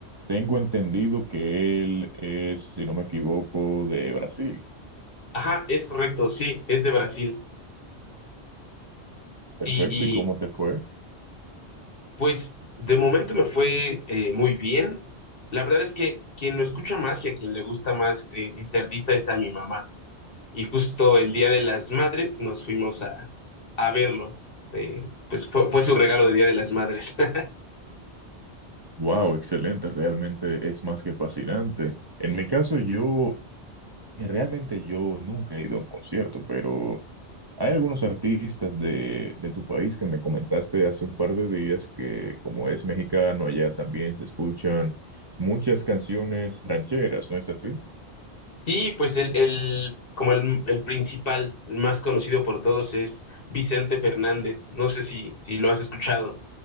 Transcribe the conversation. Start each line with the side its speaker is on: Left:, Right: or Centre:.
Right: tengo entendido que él es, si no me equivoco, de Brasil.
Left: Ajá, es correcto, sí, es de Brasil.
Right: Perfecto,
Left: Y, y,
Right: ¿y cómo te fue?
Left: pues de momento me fue eh, muy bien. La verdad es que quien lo escucha más y a quien le gusta más eh, este artista es a mi mamá. Y justo el Día de las Madres nos fuimos a, a verlo. Eh, pues fue, fue su regalo de Día de las Madres. <laughs>
Right: Wow, excelente, realmente es más que fascinante. En mi caso, yo, realmente yo nunca he ido a un concierto, pero... Hay algunos artistas de, de tu país que me comentaste hace un par de días que como es mexicano, allá también se escuchan muchas canciones rancheras, ¿no es así?
Left: Y pues el, el- como el, el principal, el más conocido por todos es Vicente Fernández. No sé si, si lo has escuchado.